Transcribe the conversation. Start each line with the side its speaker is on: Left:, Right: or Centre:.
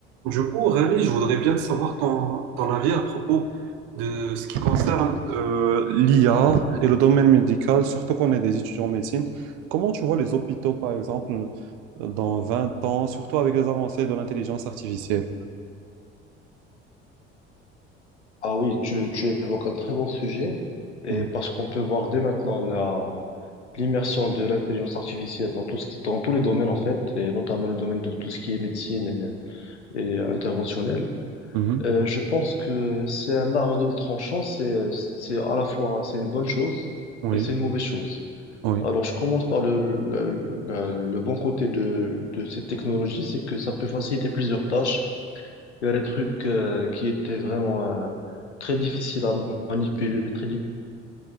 Right: Du coup, Aurélie, je voudrais bien savoir ton, ton avis à propos de ce qui concerne euh, l'IA et le domaine médical, surtout qu'on est des étudiants en médecine. Comment tu vois les hôpitaux, par exemple, dans 20 ans, surtout avec les avancées de l'intelligence artificielle?
Left: Ah oui, tu, tu évoques un très bon sujet, et
Right: Mhm.
Left: parce qu'on peut voir dès maintenant la, l'immersion de l'intelligence artificielle dans tout ce qui, dans tous les domaines en fait, et notamment le domaine de tout ce qui est médecine et, et interventionnel.
Right: Mhm.
Left: Euh, je pense que c'est un arme à double tranchant, c'est, c'est à la fois, c'est une bonne chose
Right: Oui,
Left: et c'est une mauvaise chose.
Right: oui.
Left: Alors, je commence par le, le, la- le bon côté de, de cette technologie, c'est que ça peut faciliter plusieurs tâches il y a des trucs euh, qui étaient vraiment euh, très difficiles à manipuler, très